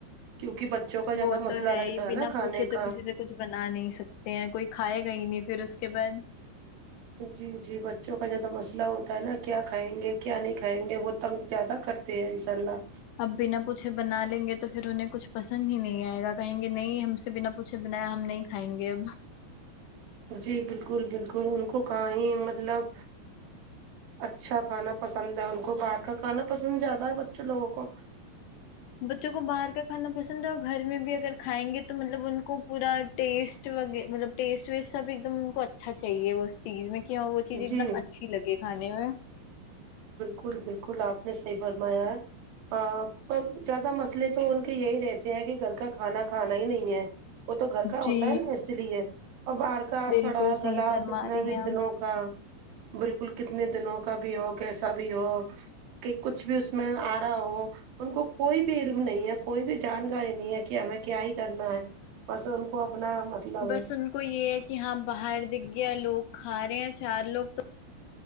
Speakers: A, on the right; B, on the left.
A: کیونکہ بچوں کا زیادہ
B: وہ تو
A: مسئلہ رہتا
B: ہی
A: ہے
B: بنا
A: نا کھانے
B: پوچھے تو
A: کا
B: کسی سے کچھ بنا نہیں سکتے ہیں کوئی کھائے گا ہی نہیں پھر اس کے بعد
A: جی جی بچوں کا جو تو مسئلہ ہوتا ہے نا کیا کھائیں گے کیا نہیں کھائیں گے وہ تنگ زیادہ کرتے ہیں انشاء اللہ
B: اب بنا پوچھے بنا لیں گے تو پھر انہیں کچھ پسند ہی نہیں آئے گا کہیں گے نہیں ہم سے بنا پوچھے بنایا ہم نہیں ہیں گے
A: جی بالکل بالکل ان کو کہ ہی مطلب اچھا کھانا پسند ہے ان کو باہر کا کھانا پسند زیادہ ہے بچے لوگوں کو
B: بچوں کو باہر کا کانا پسند ہے گھر میں بھی اگر کھائیں گے تو مطلب ان کو پورا ٹیسٹ و مطلب ٹیسٹ ویسٹ سا بھی ایک دم ان کو اچا اچھا چاہیے اس چیز میں کہ ہاں وہ چیز
A: جی
B: ایک دم اچھی لگے کھے میں
A: بالکل بالکل آپ نے صحیح فرمایا ہے ہاں پر زیادہ مسئلے تو ان کے یہی رہتے ہیں کہ گھر کا کھانا کھانا ہی نہیں ہے وہ تو گھر کا
B: جی
A: ہوتا ہے نا اسی لیے اور باہر کا
B: بالکل
A: سڑا
B: صحیح
A: گلا
B: فرما
A: کتنے
B: رہی
A: بھی
B: ہیں آپ
A: دنوں بالکل کتنے دنوں کا بھی ہو کیسا بھی ہو کہ کچھ بھی اس میں آ رہا ہو ان کو کوئی بھی علم نہیں ہے کوئی بھی جانکاری نہیں ہے کہ ہمیں کیا ہی کرنا ہے بس ان کو اپنا مطلب
B: بس
A: ہے
B: ان کو یہ ہے کہ ہاں باہر دکھ گیا لوگ کھا رہے ہیں چار لوگ تو